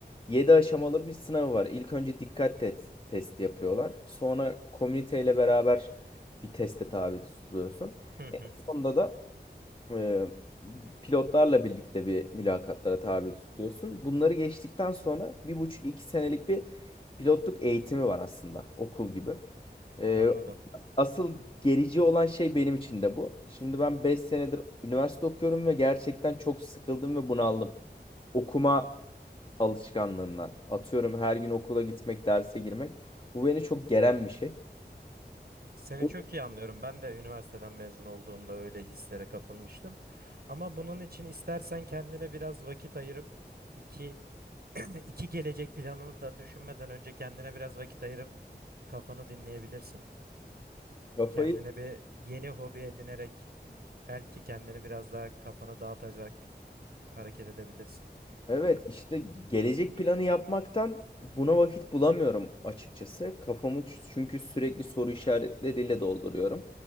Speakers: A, on the left; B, on the right.
A: yedi aşamalı bir sınavı var. İlk önce dikkat te- testi yapıyorlar. Sonra komüniteyle beraber bir teste tabi tutuluyorsun.
B: hı hı,
A: En sonunda da e, pilotlarla birlikte bir mülakatlara tabi tutuyorsun. Bunları geçtikten sonra bir buçuk iki senelik bir pilotluk eğitimi var aslında okul gibi. E,
B: anladım.
A: asıl gerici olan şey benim için de bu. Şimdi ben 5 senedir üniversite okuyorum ve gerçekten çok sıkıldım ve bunaldım. Okuma alışkanlığından. Atıyorum her gün okula gitmek, derse girmek. Bu beni çok geren bir şey.
B: Seni
A: O
B: çok iyi anlıyorum. Ben de üniversiteden mezun olduğumda öyle hislere kapılmıştım. Ama bunun için istersen kendine biraz vakit ayırıp iki <clears throat> iki gelecek planını da düşünmeden önce kendine biraz vakit ayırıp kafanı dinleyebilirsin.
A: kafayı
B: Kendine bir yeni hobi edinerek belki kendini biraz daha kafanı dağıtacak hareket edebilirsin.
A: Evet işte gelecek planı yapmaktan buna vakit bulamıyorum açıkçası. Kafamı ç- çünkü sürekli soru işaretleriyle dolduruyorum.